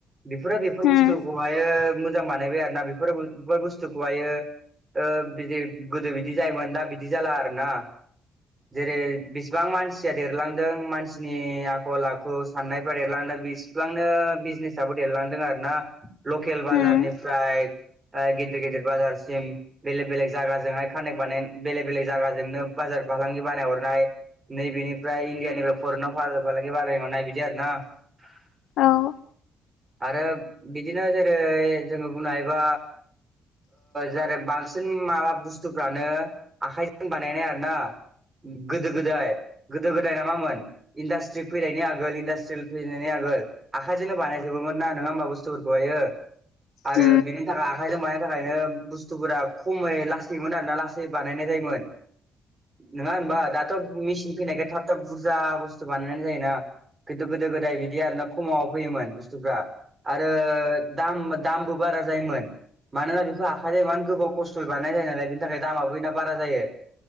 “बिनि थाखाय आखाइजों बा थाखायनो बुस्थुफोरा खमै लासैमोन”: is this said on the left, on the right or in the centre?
Right